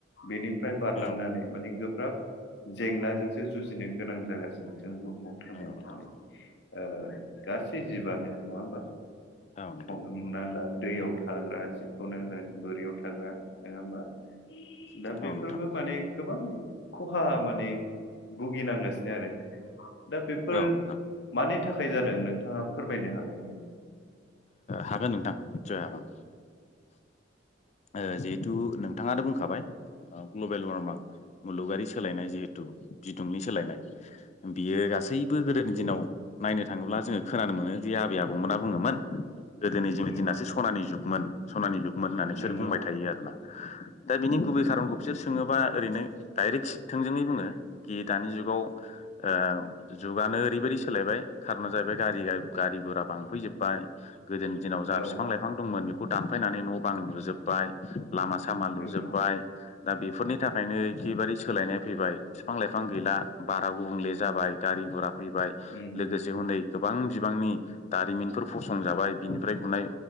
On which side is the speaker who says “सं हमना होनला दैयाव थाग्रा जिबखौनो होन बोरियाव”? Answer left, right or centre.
Left